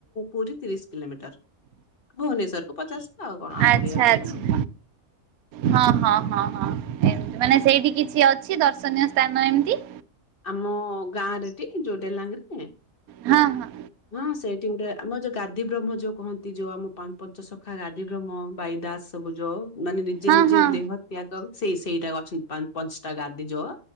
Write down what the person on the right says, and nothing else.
ଆଚ୍ଛା
ଆଚ୍ଛା ହଁ ହଁ ହଁ ହଁ ଏମତି ମାନେ ସେଇଠି କିଛି ଅଛି ଦର୍ଶନୀୟ ସ୍ଥାନ ଏମିତି?
ହଁ ହଁ।
ହଁ
ହଁ